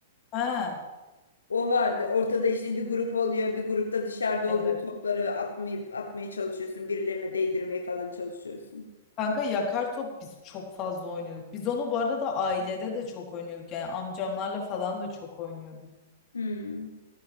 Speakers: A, on the left (about 35°); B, on the left (about 80°).
A: Ha,
B: o vardı. Ortada işte bir grup oluyor bir grupta dışarıda
A: evet.
B: oluyor topları atmayı, atmaya çalışıyorsun birilerine değdirmeye falan çalışıyorsun.
A: Kanka yakar top biz çok fazla oynuyorduk. Biz onu bu arada ailede de çok oynuyorduk. Yani amcamlarla falan da çok oynuyorduk.
B: Hmm,